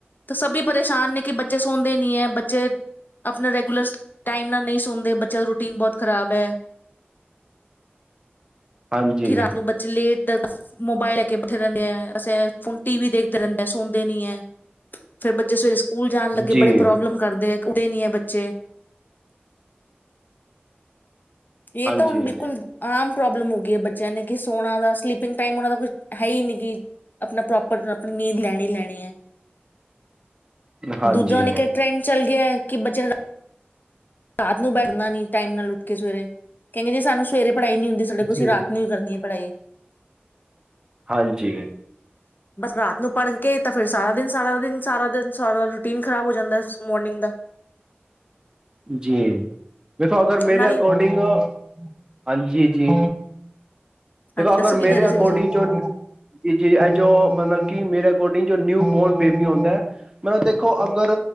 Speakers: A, on the left; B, on the right.
A: ਤਾਂ ਸਭ ਪਰੇਸ਼ਾਨ ਨੇ ਕਿ ਬੱਚੇ ਸੌਦੇ ਨੀ ਏ ਬੱਚੇ ਆਪਣਾ ਰੈਗੂਲਰ ਟਾਈਮ ਨਾਲ ਨਹੀਂ ਸੌਦੇ ਬੱਚਿਆਂ ਦਾ ਰੂਟੀਨ ਬਹੁਤ ਖਰਾਬ ਹੈ
B: ਹਾਂਜੀ,
A: ਘਰਾ ਨੂੰ ਬਚ ਲੇਟ ਮੋਬਾਇਲ ਲੈ ਕੇ ਬੈਠੇ ਰਹਿੰਦੇ ਆ ਅਂ ਹ ਟੀ ਵੀ ਦੇਖਦੇ ਰਹਿੰਦੇ ਸੁਣਦੇ ਨੀ ਹੈ ਫੇਰ ਬੱਚੇ ਸਵੇਰੇ ਸਕੂਲ ਜਾਣ ਲੱਗੇ
B: ਜੀ,
A: ਬੜੇ ਪ੍ਰੋਬਲਮ ਕਰਦੇ ਆ ਉੱਠਦੇ ਨੀ ਹੈ ਬੱਚੇ ਇਹ
B: ਹਾਂਜੀ,
A: ਤਾਂ ਹੁਣ ਬਿਲਕੁਲ ਆਮ ਪ੍ਰੋਬਲਮ ਹੋ ਗਈ ਹੈ ਬੱਚਿਆਂ ਨੇ ਕਿ ਸੋਨਾ ਦਾ ਸਲਿਪਿੰਗ ਟਾਈਮ ਉਹਨਾਂ ਦਾ ਕੁਛ ਹੈ ਹੀ ਨੀ ਕਿ ਆਪਣਾ ਪ੍ਰੋਪਰ ਆਪਣੀ ਨੀਂਦ ਲੈਣੀ ਹੀ ਲੈਣੀ ਹੈ
B: ਹਾਂਜੀ,
A: ਦੂਜਾ ਨ ਇੱਕ ਟ੍ਰੈਂਡ ਚੱਲ ਗਿਆ ਕਿ ਬੱਚਿਆਂ ਰਾਤ ਨੂੰ ਬੈਠਣਾ ਨੀ ਟਾਈਮ ਨਾਲ ਉੱਠ ਕੇ ਸਵੇਰੇ ਕਹਿੰਦੇ ਜ ਸਾਨੂੰ ਸਵੇਰੇ ਪੜਾਈ ਨਹੀ ਹੁੰਦੀ ਸਾਡੇ ਕੋਲ
B: ਜੀ,
A: ਅਸੀ ਰਾਤ ਨੂੰ ਹੀ ਕਰਨੀ ਹੈ ਪੜਾਈ
B: ਹਾਂਜੀ
A: ਬਸ ਰਾਤ ਨੂੰ ਪੜ੍ਹ ਕੇ ਤਾਂ ਫਿਰ ਸਾਰਾ ਦਿਨ ਸਾਰਾ ਦਿਨ ਸਾਰਾ ਦਿਨ ਸਾਰਾ ਰੂਟੀਨ ਖ਼ਰਾਬ ਹੋ ਜਾਂਦਾ ਮੋਰਨਿੰਗ ਦਾ
B: ਜੀ ਦੇਖੋ ਅਗਰ ਮੇਰੇ
A: ਨਾਲ
B: ਅਕੋਰਡਿੰਗ ਹਾਂਜੀ ਜੀ ਦੇਖੋ
A: ਹਾਂਜੀ ਦੱਸੋ
B: ਅਗਰ
A: ਕੀ
B: ਮੇਰੇ
A: ਕਹਿ ਰਹੇ ਸੀ
B: ਅਕੋਡਿੰਗ
A: ਤੁਸੀਂ
B: ਜੋ ਜੀ ਜੀ ਇਹ ਜੋ ਮਤਲਬ ਕਿ ਮੇਰੇ ਿੰ ਨਿਊ ਬੋਰਨ ਬੇਬੀ ਹੁੰਦਾ ਹੈ ਮਤਲਬ ਦੇਖੋ ਅਗਰ